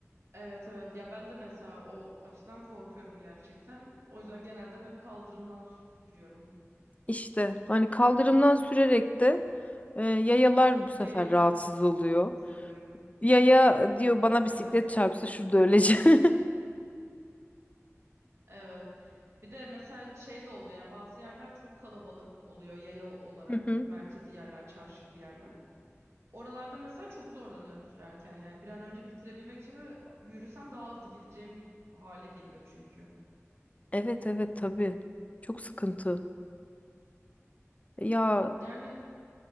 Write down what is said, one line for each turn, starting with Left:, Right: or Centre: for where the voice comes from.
Right: Evet evet. Ya ben de mesela o açıdan korkuyorum gerçekten. O yüzden genelde kaldırımdan sürüyorum.
Left: İşte hani kaldırımdan sürerek de e, yayalar bu sefer
Right: Yayayı
Left: rahatsız
Right: rahatsız
Left: oluyor.
Right: ediyorum.
Left: Ya ya diyor bana
Right: Evet.
Left: bisiklet çarpsa şurada öleceğim. <laughs>
Right: Evet. Bir de mesela şey de oluyor yani bazı yerler çok kalabalık oluyor yaya olarak
Left: Hı hı.
Right: merkezi yerler, çarşı gibi yerler. Oralarda mesela çok zorlanıyorum sürerken yani bir an önce bitirebilmek için böyle yürüsem daha hızlı gideceğim hale geliyor çünkü.
Left: Evet evet tabii. Çok sıkıntı. Ya
Right: Yani